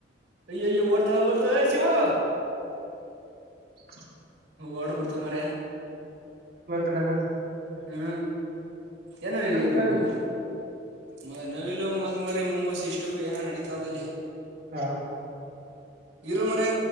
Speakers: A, on the right; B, on the right.
A: ಅಯ ಅಯ್ಯ ಓಡ್ತಾವ್ ಓಡ್ತಾವ್ವ ಶಿವು
B: ಡೀ
A: ಓಡ್ಬಿಡ್ತು ಮಾರಾಯ
B: ಕಡಗ
A: ಹೂ ಏನ ಇವು
B: ಕೆಳಗಡೆ
A: ಮ ನವಿಲು ಮೊಲದ್ ಮರಿ ಮುಂಗಸಿ ಇಷ್ಟಕ್ಕೂ ಏನೋ ನಡೀತವ ಇಲ್ಲಿ
B: ಹಾ
A: ಇರು ಮಾರಾಯ